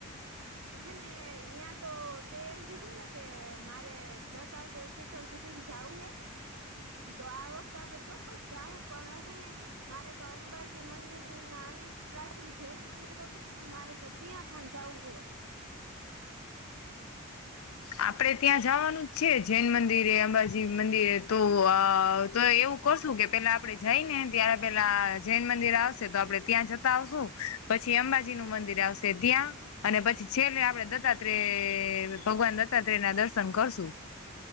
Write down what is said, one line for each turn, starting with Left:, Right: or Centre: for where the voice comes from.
Right: હે ને અ્યા તો તે એમ કીધું ને કે મારે દત્તાત્રેય શિખર સુધી જાઉં હે, તો આ વખતે આપણે ચોક્કસ જાવું પણ હે ને મારે તો અંબાજી મંદિરના અનેક પ્રાચીન જૈન મંદિરો હે ને મારે તો ત્યાં પણ જાઉ હે
Left: આપણે ત્યાં જાવાનું જ છે જૈન મંદિરે, અંબાજી મંદિરે, તો આ, તો એવું કરશું કે પેલા આપણે જઈ ને ત્યારે પેલા જૈન મંદિર આવશે તો આપણે ત્યાં જતા આવશું પછી અંબાજીનું મંદિર આવશે ત્યાં અને પછી છેલ્લે આપડે દત્તાત્રેય ભગવાન દ દત્તાત્રેયના દર્શન કરશું,